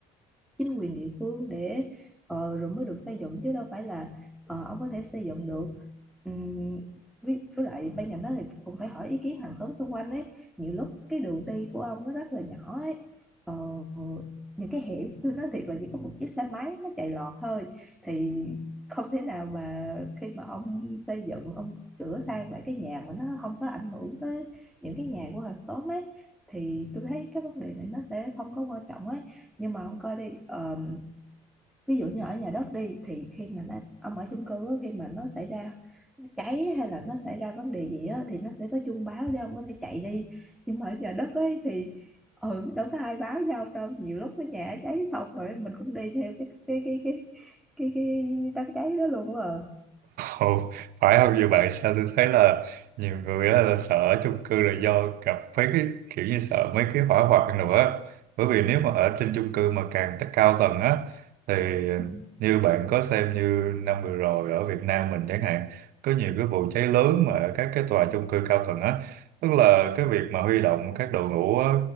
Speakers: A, in the centre; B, on the right.
A: chính quyền địa phương để ờ, rồi mới được xây dựng chứ đâu phải là ờ, ông có thể xây dựng được Ừm, với, với lại bên cạnh đó thì cũng phải hỏi ý kiến hàng xóm xung quanh ấy nhiều lúc cái đường đi của ông nó rất là nhỏ ấy Ờ, những cái hẻm tôi nói thiệt là chỉ có một chiếc xe máy nó chạy lọt thôi thì không thể nào mà khi mà ông xây dựng ông sửa sang lại cái nhà mà nó không có ảnh hưởng tới những cái nhà của hàng xóm ấy thì tôi thấy cái vấn đề này nó sẽ không có quan trọng ấy nhưng mà ông coi đi ờm, ví dụ như ở nhà đất đi thì khi mà nó ông ở chung cư á, khi mà nó xảy ra cháy hay là nó xảy ra vấn đề gì á thì nó sẽ có chuông báo để ông có thể chạy đi nhưng mà ở nhà đất ấy thì ừ đâu có ai báo nhau đâu nhiều lúc cái nhà cháy xong rồi mình cũng đi theo cái cái cái cái cái cái đám cháy đó luôn á
B: Ồ, phải không nhiều bạn sao tôi thấy là nhiều người á là sợ ở chung cư là do gặp mấy cái kiểu như sợ mấy cái hỏa hoạn nữa bởi vì nếu mà ở trên chung cư mà càng tất cao tầng á thì
A: Ừ.
B: như bạn có xem như năm vừa rồi ở Việt Nam mình chẳng hạn có nhiều cái vụ cháy lớn mà ở các cái tòa chung cư cao tầng á tức là cái việc mà huy động các đội ngũ á,